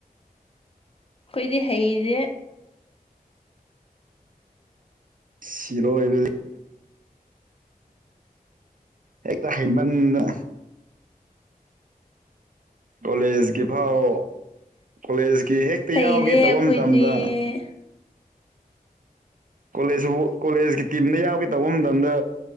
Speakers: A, on the left (about 40°); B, on the right (about 60°).
A: ꯈꯣꯏꯗꯤ ꯍꯩꯔꯦ
B: ꯢꯁ ꯢꯔꯣꯢꯕꯗꯤ ꯍꯦꯛꯇ ꯍꯩꯃꯟꯗꯅ ꯀꯣꯂꯦꯖꯀꯤ ꯕꯥꯎ ꯀꯣꯂꯦꯖꯀꯤ ꯍꯦꯛꯇ
A: ꯍꯩꯔꯦ
B: ꯌꯥꯎꯒꯦ ꯇꯧꯕ
A: ꯑꯩꯈꯣꯏꯗꯤ
B: ꯃꯇꯝꯗ ꯀꯣꯂꯦꯖ ꯀꯣꯂꯦꯖꯀꯤ ꯇꯤꯝꯗ ꯌꯥꯎꯒꯦ ꯇꯧꯕ ꯃꯇꯝꯗ